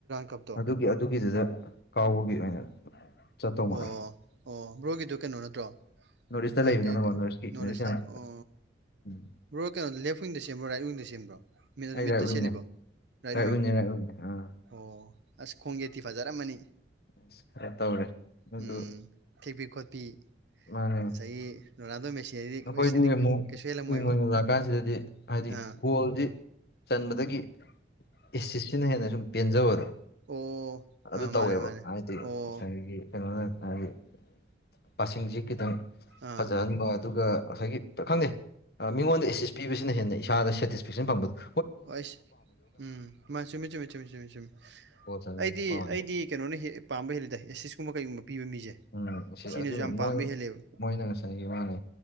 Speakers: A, on the right; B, on the left.
A: ꯀꯞꯇꯣ
B: ꯑꯗꯨꯒꯤ ꯑꯗꯨꯒꯤꯗꯨꯗ ꯀꯥꯎꯕꯒꯤ ꯑꯣꯏꯅ ꯆꯠꯇꯧ
A: ꯑꯣ
B: ꯃꯥꯜꯂꯦ
A: ꯑꯣ ꯕ꯭ꯔꯣꯒꯤꯗꯣ ꯀꯩꯅꯣ ꯅꯠꯇ꯭ꯔꯣ
B: ꯅꯣꯔꯠ ꯏꯁꯇ
A: ꯑꯣ
B: ꯂꯩꯕꯅꯤꯅꯀꯣ
A: ꯀꯩ ꯀꯩ
B: ꯅꯣꯔꯠ ꯏꯁꯀꯤ
A: ꯅꯣꯠ
B: ꯅꯣꯔꯠ
A: ꯑꯦꯢꯇ
B: ꯏꯁ ꯌꯥꯝ ꯆꯠ-
A: ꯑꯣ
B: ꯎꯝ
A: ꯕꯔꯣ ꯀꯩꯅꯣ ꯂꯦꯐ ꯋꯤꯡꯗ ꯅꯦꯟꯕꯔꯣ ꯔꯥꯏꯠ ꯋꯤꯡꯗ ꯁꯦꯝꯕ꯭ꯔꯣ
B: ꯑꯩ
A: ꯃꯤꯠ
B: ꯔꯥꯏꯠ ꯋꯤꯡꯅꯦ
A: ꯆꯦꯟꯂꯤꯕꯣ ꯔꯥꯏꯔ
B: ꯔꯥꯏꯠ
A: ꯋꯤꯡ
B: ꯋꯤꯡꯅꯦ ꯔꯥꯏꯠ ꯋꯤꯡꯅꯦ ꯑꯥ
A: ꯑꯣ ꯑꯁ ꯈꯣꯡ ꯋꯦꯟꯇꯤ ꯐꯖꯔꯝꯃꯅꯤ
B: ꯑꯁ ꯈꯔ ꯇꯧꯔꯦ ꯑꯗꯨ
A: ꯎꯝ ꯊꯦꯛꯄꯤ ꯈꯣꯠꯄꯤ
B: ꯃꯥꯅꯦ
A: ꯉꯁꯥꯏꯒꯤ ꯔꯣꯅꯥꯜꯗꯣꯦ
B: ꯑꯩꯈꯣꯏꯗꯤ
A: ꯃꯦꯁꯤꯗꯤ
B: ꯑꯃꯨꯛ
A: ꯀꯩꯁꯨ ꯍꯦꯜꯂꯝꯃꯣꯏꯕ
B: ꯀꯨꯏ ꯀꯨꯏꯅ ꯂꯥꯛꯀꯥꯟꯁꯤꯗꯗꯤ ꯍꯥꯏꯗꯤ
A: ꯑꯥ
B: ꯒꯣꯜꯁꯤ ꯆꯟꯕꯗꯒꯤ ꯑꯦꯁꯤꯁꯁꯤꯅ ꯍꯦꯟꯅ ꯁꯨꯝ ꯄꯦꯟꯖꯕꯗꯣ
A: ꯑꯣ ꯑꯥ
B: ꯑꯗꯨ
A: ꯃꯥꯅꯦ
B: ꯇꯧꯋꯦꯕ
A: ꯃꯥꯅꯦ
B: ꯍꯥꯏꯗꯤ
A: ꯑꯣ
B: ꯉꯁꯥꯏꯒꯤ ꯀꯩꯅꯣꯅ ꯍꯥꯏꯗꯤ ꯄꯁꯁꯤꯡꯁꯤꯡꯁꯤ ꯈꯤꯇꯪ
A: ꯑꯥ
B: ꯐꯖꯍꯟꯕ ꯑꯗꯨꯒ ꯉꯁꯥꯏꯒꯤ ꯈꯪꯗꯦ ꯃꯤꯉꯣꯟꯗ ꯑꯦꯁ ꯑꯦꯁ ꯄꯤꯕꯁꯤꯅ ꯍꯦꯟꯅ ꯏꯁꯥꯗ ꯁꯦꯇꯤꯁꯐꯦꯛꯁꯟ ꯐꯪꯕꯗꯨ
A: ꯑꯣ ꯑꯩꯁ ꯎꯝ ꯃꯥ ꯆꯨꯝꯃꯦ ꯆꯨꯝꯃꯦ ꯆꯨꯝꯃꯦ ꯆꯨꯝꯃꯦ ꯆꯨꯝꯃꯦ
B: ꯒꯣꯜ ꯆꯟꯕꯕꯨ
A: ꯑꯩꯗꯤ
B: ꯄꯥꯝꯃꯣꯏꯗꯕ
A: ꯑꯩꯗꯤ ꯀꯩꯅꯣꯅ ꯍꯦ ꯄꯥꯝꯕ ꯍꯦꯜꯂꯤꯗ ꯑꯦꯁꯤꯁꯀꯨꯝꯕ ꯀꯩꯒꯨꯝꯕ ꯄꯤꯕ ꯃꯤꯁꯦ
B: ꯎꯝ ꯁꯤ
A: ꯁꯤꯅꯁꯨ
B: ꯑꯗꯨꯅ
A: ꯌꯥꯝ ꯄꯥꯝꯕ
B: ꯃꯣꯏ
A: ꯍꯦꯜꯂꯦꯕ
B: ꯃꯣꯏꯅ ꯉꯁꯥꯏꯒꯤ ꯃꯥꯅꯦ